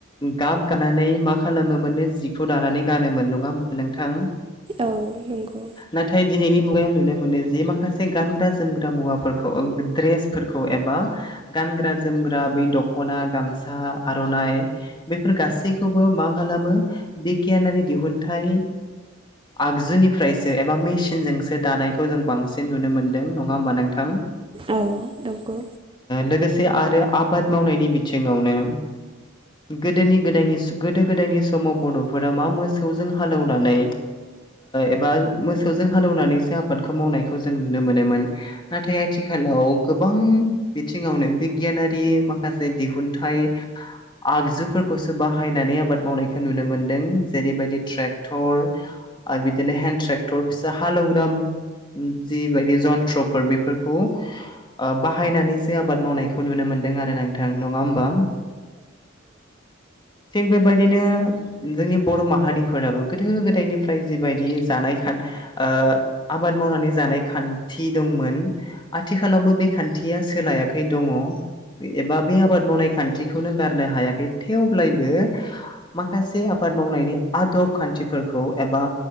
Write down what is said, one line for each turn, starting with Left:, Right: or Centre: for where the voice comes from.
Left: गाब गानानै मा खालामो मोननो जिखौ दानानै गानोमोन नङा नोंथां?
Right: औ नंगौ
Left: नाथाय दिनैनि मुगायाव नुनो मोनो जि माखासे गानग्रा- जोमग्रा मुवाफोरखौ द्रेस फोरखौ एबा गानग्रा -जोमग्रा बै दख'ना, गामसा, आर'नाइ बेफोर गासैखौबो मा खालामो बिगियानारि दिहुनथाइ आगजुनिफ्रायसो एबा मेसिनजोंसो दानायखौ जों बांसिन नुनो मोन्दों नङा होमबा नोंथां? थां
Right: औ नंगौ।
Left: लोगोसे आरो आबाद मावनायनि बिथिङावनो गोदोनि गोदायनि गोदो- गोदायनि समाव बर'फोरा मा मो सौजों हालेवनानै एबा मोसौजों हालेवनानैसो आबाद खौ मावनायखौ जों नुनो मोनोमोन नाथाय आथिखालाव गोबां बिथिङावनो बिगियानारि माखासे दिहुनथाइ आगजुफोरखौसो बाहायनानै आबाद मावनायखौ नुनो मोन्दों जेरैबायदि ट्रेक्टर आरो बिदिनो हेन्द ट्रेक्टर फिसा हालेवग्रा जिबायदि जन्थ्र'फोर बेफोरखौ बाहायनानैसो आबाद माव खौ नुनो मोन्दों आरो नोंथां नङा होमबा? थिग बेबादिनो जोंनि बर' माहारिफोराबो गोदो गोदायनिफ्राय जिबायदि जानाय खान ओ आबाद मावनानै जानाय खान्थि दंमोन। आथिखालावबो बे खान्थिया सोलायाखै दङ एबा बे आबाद मावनाय खान्थिखौनो गारनो हायाखै थेवब्लायबो माखासे आबाद मावनायनि आदब खान्थिफोरखौ एबा